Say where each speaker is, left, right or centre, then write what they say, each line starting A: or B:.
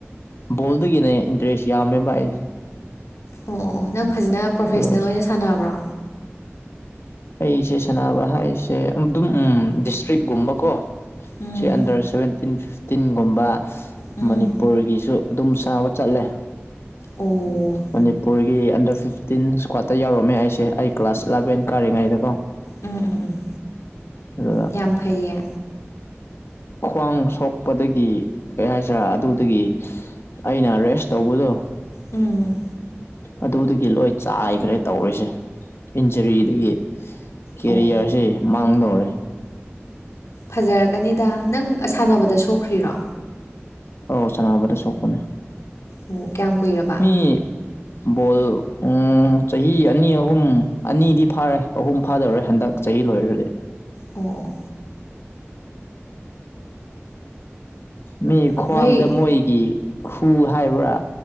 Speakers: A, on the left (about 60°); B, on the left (about 85°).
A: ꯕꯣꯜꯗꯒꯤꯅ ꯏꯟꯇꯔꯦꯁ ꯌꯥꯝꯃꯦꯕ ꯑꯩ
B: ꯑꯣ ꯑꯣ ꯅꯪ ꯐꯖꯅ ꯄ꯭ꯔꯣꯐꯦꯁꯅꯦꯜ
A: ꯑꯗꯨ
B: ꯑꯣꯏꯅ ꯁꯥꯟꯅꯕ꯭ꯔꯣ
A: ꯑꯩꯁꯦ ꯁꯅꯕ ꯍꯥꯏꯁꯦ ꯑꯗꯨꯝ ꯎꯝ ꯗꯤꯁꯇ꯭ꯔꯤꯛꯒꯨꯝꯕ ꯀꯣ
B: ꯎꯝ
A: ꯑꯁꯤ ꯑꯟꯗꯔ ꯁꯚꯦꯟꯇꯤꯟ ꯐꯤꯐꯇꯤꯟꯒꯨꯝꯕ
B: ꯎꯝ
A: ꯃꯅꯤꯄꯨꯔꯒꯤꯁꯨ ꯑꯗꯨꯝ ꯁꯥꯟꯅꯕ ꯆꯠꯂꯦ
B: ꯑꯣ
A: ꯃꯅꯤꯄꯨꯔꯒꯤ ꯑꯟꯗꯔ ꯐꯤꯐꯇꯤꯟ ꯏꯁ꯭ꯀ꯭ꯋꯥꯠꯇ ꯌꯥꯎꯔꯝꯃꯦ ꯑꯩꯁꯦ ꯑꯩ ꯀ꯭ꯂꯥꯁ ꯏꯂꯚꯦꯟ ꯀꯥꯔꯤꯉꯩꯗꯀꯣ
B: ꯎꯝ ꯎꯝ ꯎꯝ
A: ꯑꯗꯨꯗ
B: ꯌꯥꯝ ꯐꯩꯌꯦ
A: ꯈ꯭ꯋꯥꯡ ꯁꯣꯛꯄꯗꯒꯤ ꯀꯩ ꯍꯥꯏꯁꯤꯔꯥ ꯑꯗꯨꯗꯒꯤ ꯑꯩꯅ ꯔꯦꯁ ꯇꯧꯕꯗꯣ
B: ꯎꯝ
A: ꯑꯗꯨꯗꯒꯤ ꯂꯣꯏ ꯆꯥꯏꯈ꯭ꯔꯦ ꯇꯧꯔꯤꯁꯦ ꯏꯟꯖꯨꯔꯤꯗꯒꯤ꯫ ꯀꯦꯔꯤꯌꯔꯁꯤ
B: ꯑꯣ ꯑꯣ
A: ꯃꯥꯡꯗꯧꯔꯦ꯫
B: ꯐꯖꯔꯛꯀꯅꯤꯗ ꯅꯪ ꯑꯁꯥꯟꯅꯕꯗ ꯁꯣꯛꯈ꯭ꯔꯤꯔꯣ꯫
A: ꯑꯧ ꯁꯥꯟꯅꯕꯗ ꯁꯣꯛꯄꯅꯦ꯫
B: ꯑꯣ ꯀꯌꯥꯝ ꯀꯨꯏꯔꯕ꯫
A: ꯏꯞ <inaudible> ꯕꯣꯜ ꯎꯝ ꯆꯍꯤ ꯑꯅꯤ ꯑꯍꯨꯝ ꯑꯅꯤꯗꯤ ꯐꯥꯔꯦ ꯑꯍꯨꯝ ꯐꯥꯗꯧꯔꯦ ꯍꯟꯗꯛ꯫ ꯆꯍꯤ ꯂꯣꯏꯔꯗꯤ꯫
B: ꯑꯣ ꯑꯣ
A: ꯃꯤ ꯈ꯭ꯋꯥꯡꯗ
B: ꯅꯣꯏ
A: ꯃꯣꯏꯒꯤ ꯈꯨ ꯍꯥꯏꯕ꯭ꯔꯥ